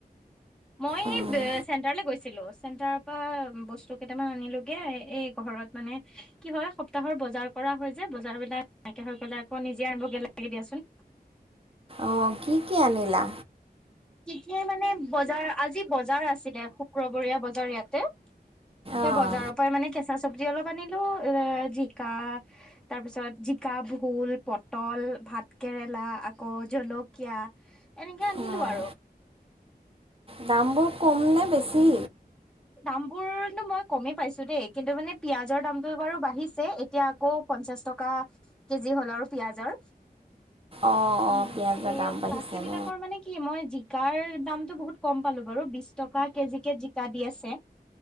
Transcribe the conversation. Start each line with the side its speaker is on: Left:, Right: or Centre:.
Centre: মই
Right: উম,
Centre: এই চেণ্টাৰলৈ গৈছিলো চেণ্টাৰ। পৰা বস্তু কেইটামান আনিলোগে এই ঘৰত মানে কি হয় সপ্তাহৰ বজাৰ। কৰা হয় যে, বজাৰবিলাক নাইকিয়া হৈ গ'লে আকৌ নিজে আনিবগৈ লাগে দিয়াচোন।
Right: অ', কি কি আনিলা?
Centre: কি কি মানে বজাৰ আজি বজাৰ আছিলে শুক্ৰবৰীয়া বজাৰ ইয়াতে। সেই
Right: অঁ
Centre: বজাৰৰ পৰাই মানে কেঁচা চব্জি অলপ আনিলো এ জিকা। তাৰ পিছত জিকা ভোল পটল ভাত কেৰেলা আকৌ জল কীয়া এনেকে আনিলো
Right: উম,
Centre: আৰু।
Right: দামবোৰ কম নে বেছি?
Centre: দাম বোৰ মই কমেই পাইছো দেই কিন্তু মানে পিয়াজৰ দামটো বাৰু বাঢ়িছে এতিয়া আকৌ। পঞ্চাশ টকা কেজি হ'ল আৰু পিয়াজৰ।
Right: অঁ
Centre: উম,
Right: অঁ পিঁয়াজৰ
Centre: এই
Right: দাম বাঢ়িছে
Centre: বাকী বিলাকৰ
Right: ন
Centre: মানে কি। কি মই জিকাৰ দামতটো বহুত কম পালো বাৰু বিশ টকা কেজিকে জিকা দি আছে।